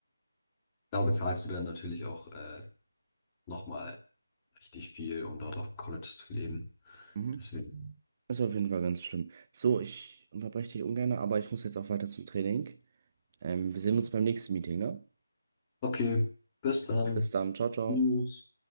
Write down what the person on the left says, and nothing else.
da bezahlst du dann natürlich auch äh, nochmal richtig viel, um dort auf dem College zu leben.
Deswegen.
Okay, bis dann.
Tschüss.